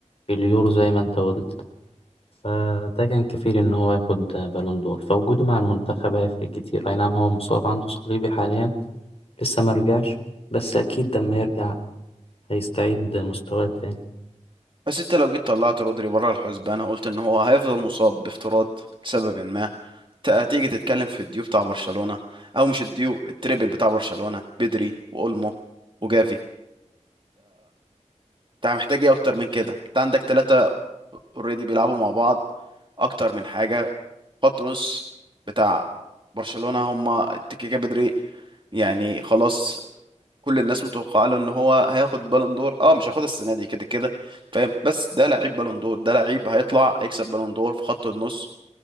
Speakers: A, on the left; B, on the right.
A: اليورو زي ما أنت قلت فده كان كفيل إن هو ياخد آه، بالون دور فوجوده مع المنتخب هيفرق كتير أي نعم هو مصاب عنده صليبي حاليا لسه مرجعش بس أكيد لما يرجع هيستعيد مستواه تاني
B: بس انت لو جيت طلعت رودري بره الحسبان أنا قلت ان هو هيفضل مصاب بافتراض لسبب ما ت- هتيجي تتكلم في الديو بتاع برشلونة او مش الديو التريبل بتاع برشلونة بدري واولمو وجافي انت محتاج ايه اكتر من كده انت عندك ثلاثة اوريدي بيلعبوا مع بعض اكتر من حاجة خط نص بتاع برشلونة هما التكيكا بدري يعني خلاص كل الناس متوقعه له ان هو هياخد بالون دور اه مش هياخدها السنه دي كده كده فاهم بس ده لعيب بالون دور ده لعيب هيطلع هيكسب بالون دور في خط النص